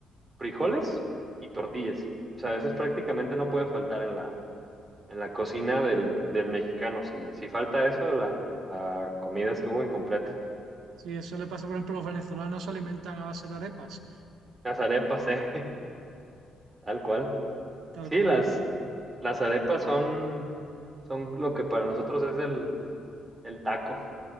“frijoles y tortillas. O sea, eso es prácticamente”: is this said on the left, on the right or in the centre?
Right